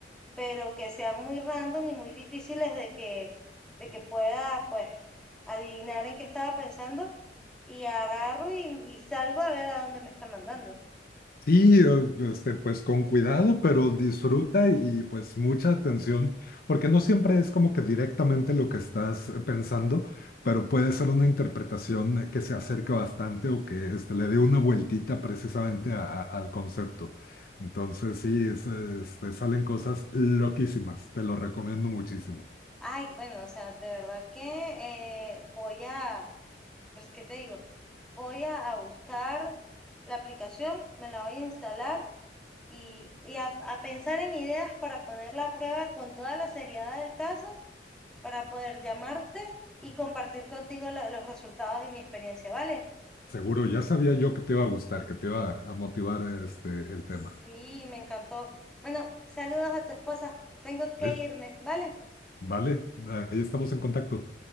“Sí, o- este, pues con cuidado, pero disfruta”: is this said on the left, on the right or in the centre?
Left